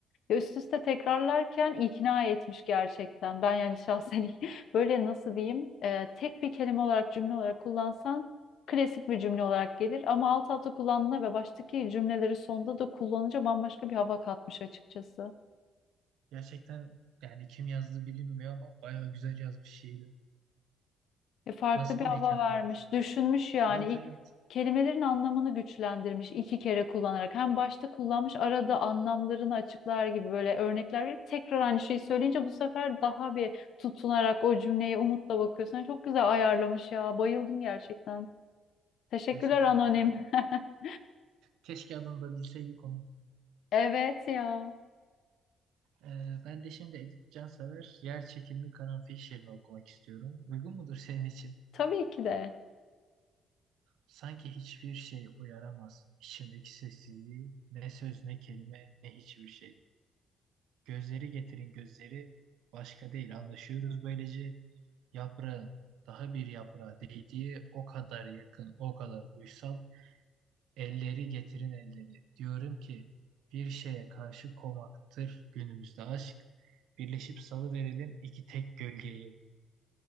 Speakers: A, on the left (about 70°); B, on the right (about 85°).
A: Ya üst üste tekrarlarken ikna etmiş gerçekten. Ben yani şahsen <laughs> böyle nasıl diyeyim e, tek bir kelime olarak cümle olarak kullansan klasik bir cümle olarak gelir. Ama alt alta kullandığında ve baştaki cümleleri sonda da kullanınca bambaşka bir hava katmış açıkçası.
B: gerçekten yani kim yazdı bilinmiyor ama bayağı güzel yazmış şiiri.
A: E, farklı
B: Nasıl
A: bir
B: bir
A: hava
B: mekanda
A: vermiş,
B: yazdı acaba?
A: düşünmüş yani.
B: Evet
A: İ-
B: evet.
A: Kelimelerin anlamını güçlendirmiş iki kere kullanarak. Hem başta kullanmış, arada anlamlarını açıklar gibi böyle örnekler verip tekrar aynı şeyi söyleyince bu sefer daha bir tutunarak o cümleye umutla bakıyorsun. Yani Çok güzel ayarlamış ya. Bayıldım gerçekten. Teşekkürler
B: Gerçekten
A: anonim.
B: ben de.
A: <laughs>
B: Keşke adını da bilseydik onu.
A: Evet ya.
B: Ee, ben de şimdi Edip Cansever Yer Çekimli Karanfil şiirini okumak istiyorum. Uygun mudur senin için?
A: Tabii ki de.
B: Sanki hiçbir şey uyaramaz. İçimdeki sessizliği, ne söz ne kelime ne hiçbir şey. Gözleri getirin gözleri başka değil anlaşıyoruz böylece. Yaprağın daha bir yaprağa değdiği o kadar yakın o kadar uysal. Elleri getirin elleri. Diyorum ki bir şeye karşı komaktır günümüzde aşk. Birleşip salıverelim iki tek gölgeyi.